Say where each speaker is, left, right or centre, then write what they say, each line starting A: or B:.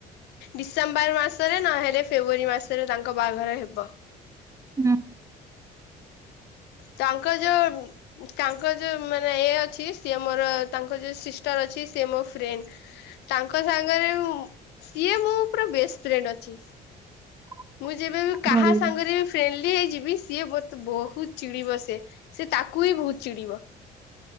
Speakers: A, on the left; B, on the right.
A: ଡିସେମ୍ବର ମାସରେ ନହେଲେ ଫେବୃଆରୀ ମାସରେ ତାଙ୍କ ବାହାଘର ହେବ।
B: ହୁଁ।
A: ତାଙ୍କ ଯୋଉ ତାଙ୍କ ଯୋଉ ମାନେ ଅଛି ସିଏ ମୋର ତାଙ୍କ ଯୋଉ ସିଷ୍ଟର ଅଛି ସେ ମୋ ଫ୍ରେଣ୍ଡ। ତାଙ୍କ ସାଙ୍ଗରେ ସିଏ ମୁଁ ପୁରା ବେଷ୍ଟ ଫ୍ରେଣ୍ଡ ଅଛି।
B: <inaudible>
A: ମୁଁ ଯେବେ ବି କାହା
B: ଭଲ।
A: ସାଙ୍ଗରେ ବି ଫ୍ରେଣ୍ଡଲି ହେଇଯିବି ସିଏ ମତେ ବହୁତ ଚିଡିବ ସେ। ସେ ତାକୁ ବିି ବହୁତ ଚିଡିବ